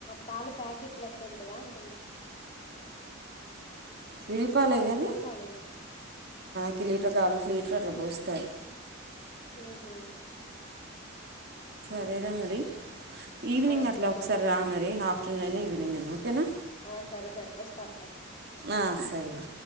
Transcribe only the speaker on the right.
విడిప్ ప్పాలే గానీ
కి లీటర్ కావాల్సి లీటర్ అట్లా పోస్తారు
అదేదా మరి ఈవినింగ్
అట్లా
ఒకసారి
రా మరి ఆఫ్ టూ నైన్ ఈవినింగ్ అన్న ఓకేనా
ఆ సరేలే